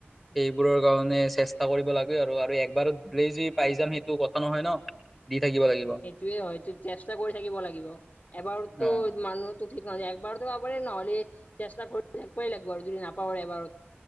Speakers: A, in the centre; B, on the left.
A: সেইবোৰৰ কাৰণে চেষ্টা কৰিব লাগে আৰু একবাৰো দিলেই য পাই যাম সেইটো কথা নহয় ন। থাকিব লাগিব
B: সেইটোয়ে হয়তটো চেষ্টা কৰি থাকিব লাগিব এবাৰতো
A: অ
B: মানুহো। নহ একবাৰতো আবাৰে নহ'লে চেষ্টা কৰি থাকিবই লাগিব আৰু যদি নাপাবৰে এবাৰ।